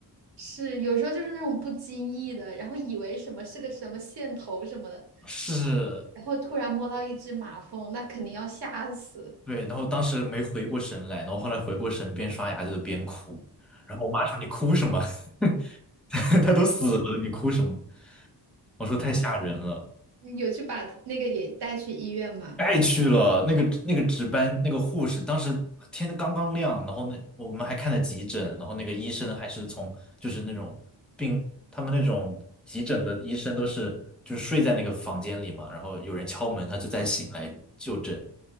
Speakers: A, on the right; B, in the centre.
A: 是有时候就是那种不经意的，然后以为什么是个什么线头什么的，
B: 是
A: 然后突然摸到一只马蜂，那肯定要吓死。
B: 对，然后当时没回过神来，然后后来回过神，边刷牙就是边哭。然后我妈说：“你哭什么？<laughs> 他都死了，你哭什么？”我说：“太吓人了，
A: 嗯有去把那个也带去医院嘛？
B: 爱去了。那个那个值班那个护士，当时天刚刚亮，然后那我们还看了急诊，然后那个医生还是从就是那种病，他们那种急诊的医生都是就是睡在那个房间里嘛，然后有人敲门，他就再醒来就诊，